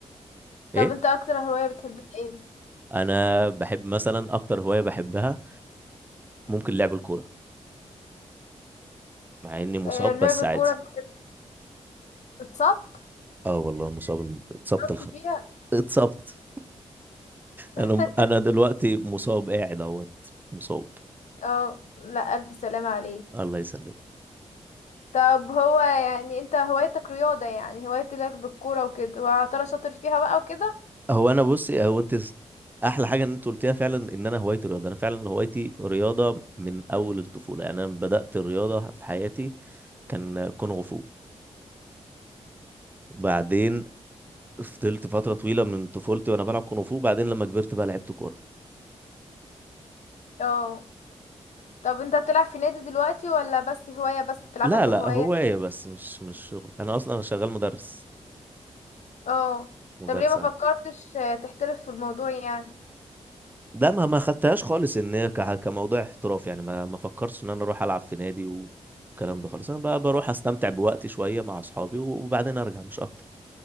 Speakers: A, on the right; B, on the left.
A: ايه
B: طب انت اكتر هواية بتحب ايه
A: انا بحب مثلا اكتر هوايه بحبها ممكن لعب الكوره مع اني مصاب
B: آه، لعب
A: بس
B: الكورة
A: عادي
B: بتحب تتصبط
A: اه والله مصاب اتصبت
B: تصبت
A: الخ...
B: فيها
A: اتصبت
B: <laughs>
A: انا انا دلوقتي مصاب قاعد اهوت مصاب
B: اه لا الف سلامة عليك
A: الله يسلمك
B: طب هو يعني انت هوايتك رياضة يعني هوايتك بالكورة وكده وترى شاطر فيها بقى وكده
A: هو انا بصي هو انت س- احلى حاجه ان انت قلتيها فعلا ان انا هوايتي رياضه انا فعلا هوايتي رياضه من اول الطفوله يعني انا بدات الرياضه في حياتي كان كونغ فو وبعدين فضلت فتره طويله من طفولتي وانا بلعب كونغ فو وبعدين لما كبرت بقى لعبت كوره
B: اه طب انت بتلعب في نادي دلوقتي ولا بس هواية بس بتلعبها
A: لا
B: كهواية
A: لا هوايه بس مش مش شغل انا اصلا انا شغال مدرس
B: اه
A: مدرس
B: طب ليه ما فكرتش آه، تحترف في الموضوع يعني
A: ده ما ما خدتهاش خالص ان هي ك- كموضوع احتراف يعني ما ما فكرش ان انا اروح العب في نادي والكلام ده خالص انا بقى بروح استمتع بوقتي شويه مع اصحابي وبعدين ارجع مش اكتر